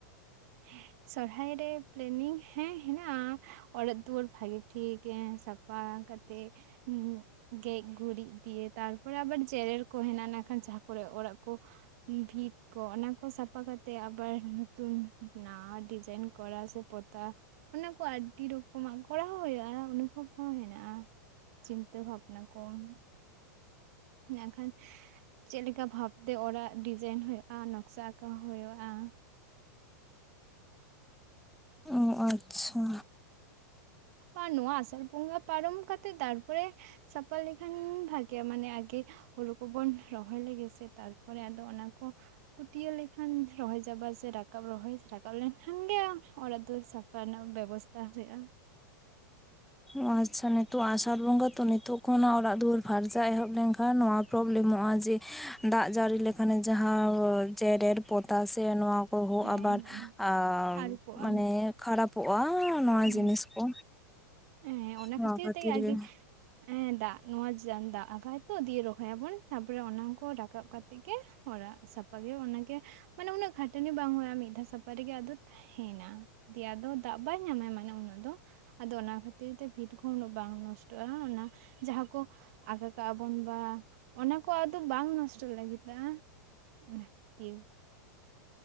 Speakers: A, on the right; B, in the centre.
A: ᱦᱮᱸ ᱥᱚᱨᱦᱟᱭ ᱨᱮ ᱯᱞᱮᱱᱤᱝ ᱦᱮᱸ ᱦᱤᱱᱟᱜᱼᱟ ᱚᱲᱟᱜ ᱫᱩᱣᱟᱹᱨ ᱵᱷᱟᱜᱮ ᱴᱷᱤᱠ ᱥᱟᱵ ᱯᱟ ᱠᱟᱛᱮᱜ <unintelligible> ᱜᱮᱡ ᱜᱩᱨᱤᱡ ᱫᱤᱭᱮ ᱛᱟᱨᱯᱚᱨᱮ ᱟᱵᱟᱨ ᱡᱮᱨᱮᱲ ᱠᱚ ᱦᱮᱱᱟᱜᱼᱟ ᱱᱟᱜ ᱠᱷᱟᱱ ᱡᱟᱦᱟᱸ ᱠᱚᱨᱮᱜ ᱚᱲᱟᱜ ᱠᱚ ᱵᱷᱤᱛ ᱠᱚ ᱚᱱᱟ ᱠᱚ ᱥᱟᱯᱷᱟ ᱠᱟᱛᱮᱜ ᱟᱵᱟᱨ ᱱᱚᱛᱩᱱ ᱱᱟᱣᱟ ᱰᱤᱡᱟᱭᱤᱱ ᱠᱚᱨᱟ ᱥᱮ ᱯᱚᱛᱟ ᱚᱱᱟ ᱠᱚ ᱟᱹᱰᱤ ᱨᱚᱠᱚᱢᱟᱜ ᱠᱚᱨᱟᱣ ᱦᱚᱸ ᱦᱳᱭᱳᱜᱼᱟ ᱚᱱᱩᱵᱷᱚᱵ ᱦᱚᱸ ᱦᱮᱱᱟᱜᱼᱟ ᱾ ᱪᱤᱱᱛᱟᱹ ᱵᱷᱟᱵᱽᱱᱟ ᱠᱚᱢ ᱱᱮᱜᱠᱷᱟᱱ ᱪᱮᱜᱞᱮᱠᱟ ᱵᱷᱟᱵᱛᱮ ᱚᱲᱟᱜ ᱰᱤᱡᱟᱭᱤᱱ ᱦᱩᱭᱩᱜᱼᱟ ᱱᱚᱠᱥᱟ ᱟᱸᱠᱟᱣ ᱦᱩᱭᱩᱜᱼᱟ?
B: ᱚ ᱟᱪᱪᱷᱟ
A: ᱟᱨ ᱱᱚᱣᱟ ᱟᱥᱟᱲ ᱵᱚᱸᱜᱟ ᱯᱟᱨᱚᱢ ᱠᱟᱛᱮᱜ ᱛᱟᱨᱯᱚᱨᱮ ᱥᱟᱯᱷᱟ ᱞᱮᱠᱷᱟᱱ ᱵᱷᱟᱜᱮᱜᱼᱟ ᱢᱟᱱᱮ ᱟᱜᱮ ᱦᱩᱲᱩ ᱠᱚᱵᱚᱱ ᱨᱚᱦᱚᱭ ᱞᱮᱜᱮ ᱥᱮ ᱛᱟᱨᱯᱚᱨᱮ ᱟᱫᱚ ᱚᱱᱟ ᱠᱚ ᱠᱩᱴᱭᱟᱹ ᱞᱮᱠᱷᱟᱱ ᱨᱚᱦᱚᱭ ᱪᱟᱵᱟ ᱥᱮ ᱨᱟᱠᱟᱵ ᱨᱚᱦᱚᱭ ᱥᱮ ᱨᱟᱠᱟᱵ ᱞᱮᱱᱠᱷᱟᱱ ᱜᱮ ᱚᱲᱟᱜ ᱫᱩᱣᱟ. ᱨ ᱥᱟᱯᱷᱟ ᱨᱮᱱᱟᱜ ᱵᱮᱵᱚᱥᱛᱟ ᱦᱩᱭᱩᱜᱼᱟ ᱾
B: ᱚ ᱟᱪᱪᱷᱟ ᱱᱤᱛᱚᱜ ᱟᱥᱟᱲ ᱵᱚᱸᱜᱟ ᱛᱚ ᱱᱤᱛᱚᱜ ᱠᱷᱚᱱᱟᱜ ᱚᱲᱟᱜ ᱫᱩᱣᱟᱹᱨ ᱯᱷᱟᱨᱪᱟ ᱮᱦᱚᱵ ᱞᱮᱱᱠᱷᱟᱱ ᱱᱚᱣᱟ ᱯᱨᱚᱵᱞᱮᱢᱚᱜᱼᱟ ᱡᱮ ᱫᱟᱜ ᱡᱟᱹᱲᱤ ᱞᱮᱠᱷᱟᱱ ᱡᱟᱦᱟᱸ ᱡᱮᱨᱮᱲ ᱯᱚᱛᱟᱣ ᱥᱮ ᱱᱚᱣᱟ ᱠᱚᱦᱚᱸ
A: ᱦᱮᱸ
B: ᱟᱵᱟᱨ
A: ᱦᱮᱸ
B: ᱟᱜ
A: ᱟᱹᱨᱩᱵᱚᱜᱼᱟ
B: ᱢᱟᱱᱮ ᱠᱷᱟᱨᱟᱯᱚᱜᱼᱟ ᱾ ᱱᱚᱣᱟ
A: ᱦᱮᱸ
B: ᱡᱤᱱᱤᱥ ᱠᱚ
A: ᱦᱮᱸ ᱚᱱᱟ
B: ᱱᱚᱣᱟ
A: ᱠᱷᱟᱹᱛᱤᱨ ᱛᱮᱜᱮ ᱟᱨᱠᱤ
B: ᱜᱮ
A: ᱦᱮᱸ ᱫᱟᱜ ᱱᱚᱣᱟ ᱫᱟᱜ ᱟᱠᱟᱜᱟᱭ ᱛᱚ ᱫᱤᱭᱮ ᱨᱚᱦᱚᱭᱟᱵᱚᱱ ᱛᱟᱯᱚᱨᱮ ᱚᱱᱟ ᱠᱚ ᱨᱟᱠᱟᱵ ᱠᱟᱛᱮ ᱛᱮᱜᱮ ᱦᱚᱲᱟᱜ ᱥᱟᱯᱟᱜ ᱜᱮ ᱚᱱᱟᱜᱮ ᱢᱟᱱᱮ ᱩᱱᱟᱹᱜ ᱠᱷᱟᱹᱴᱟᱹᱱᱤ ᱵᱟᱝ ᱦᱩᱭᱩᱜᱼᱟ ᱢᱤᱫ ᱫᱷᱟᱣ ᱥᱟᱯᱷᱟ ᱨᱮᱜᱮ ᱟᱫᱚ ᱦᱮᱱᱟ ᱫᱮᱭᱟ ᱫᱚ ᱫᱟᱜ ᱵᱟᱭ ᱧᱟᱢᱟᱭ ᱢᱟᱱᱮ ᱩᱱᱟᱹᱜ ᱫᱚ ᱟᱫᱚ ᱚᱱᱟ ᱠᱷᱟᱹᱛᱤᱨ ᱛᱮ ᱵᱷᱤᱛ ᱠᱚᱦᱚᱸ ᱩᱱᱟᱹᱜ ᱵᱟᱝ ᱱᱚᱥᱴᱚᱜᱼᱟ ᱚᱱᱟ ᱡᱟᱦᱟᱸ ᱠᱚ ᱟᱠᱟ ᱠᱟᱜ-ᱟ ᱵᱚᱱ ᱵᱟ ᱚᱱᱟ ᱠᱚ ᱟᱫᱚ ᱵᱟᱝ ᱱᱚᱥᱴᱚᱜ ᱞᱟᱹᱜᱤᱫᱼᱟ? ᱚᱱᱟᱦ ᱛᱤᱣ